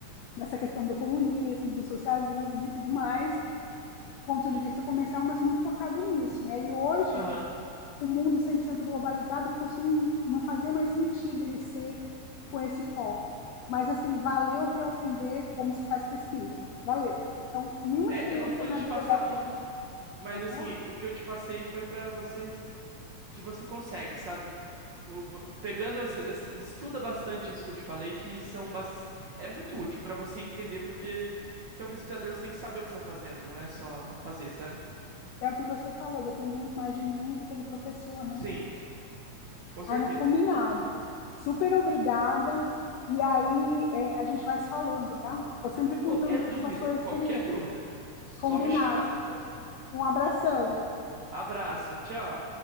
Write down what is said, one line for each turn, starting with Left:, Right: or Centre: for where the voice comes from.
Left: nessa questão do comunismo, do socialismo e tudo mais, do ponto de vista comercial, mas muito focado nisso. Né? E hoje,
Right: aham.
Left: o mundo 100% globalizado, o curso não, não fazia mais sentido ele ser com esse foco. Mas, assim, valeu para eu aprender como se faz pesquisa. Valeu. Então, nenhuma
Right: É,
Left: experiência
Right: eu não pude
Left: na
Right: te
Left: vida
Right: passar
Left: da
Right: tudo.
Left: gente,
Right: Mas
Left: pode
Right: assim,
Left: falar,
Right: o que eu te passei foi pra você que você consegue, sabe? O- vo- pegando esse, essa- estuda bastante isso que eu te falei, que são bas- é muito útil pra você entender, porque você é um pesquisador, você tem que saber o que está fazendo, não é só fazer, sabe?
Left: é o que você falou, depende muito mais de mim do que do professor, né?
Right: Sim, com certeza.
Left: Ai, mas combinado. Super obrigada. E aí, é, a gente vai se falando, tá? Tô sempre contando
Right: Qualquer
Left: aí
Right: dúvida,
Left: com a sua experiência.
Right: qualquer dúvida, só
Left: Combinado.
Right: me chamar, tá bom?
Left: Um abração.
Right: Abraço, tchau.